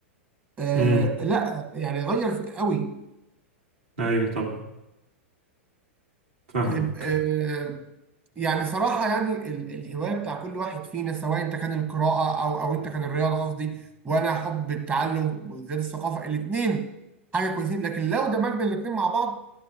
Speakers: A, on the right; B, on the right.
A: آه
B: امم
A: لا يعني غير في- قوي
B: ايوه طبعا فاهمك
A: طيب آه، يعني صراحة يعني ال- الهواية بتاع كل واحد فينا سواء انت كان القراءة او او انت كان الرياضة قصدي وانا حب التعلم وزيادة الثقافة الاتنين حاجة كويسين لكن لو دمجنا الاتنين مع بعض